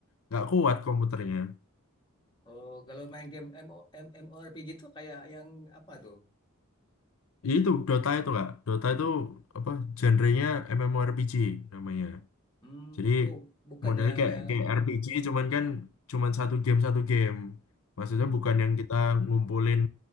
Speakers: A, on the left; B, on the left.
A: nggak kuat komputernya.
B: Oh, kalau main game MO, M- MMORPG tuh kayak yang apa tuh?
A: Ya itu Dota itu kak, Dota itu apa genrenya MMORPG namanya.
B: Hmm,
A: Jadi
B: oh, bukannya
A: modelnya
B: yang
A: kayak
B: yang
A: kayak RPG cuman kan cuman satu game satu game. Maksudnya
B: Mm-mm.
A: bukan yang kita ngumpulin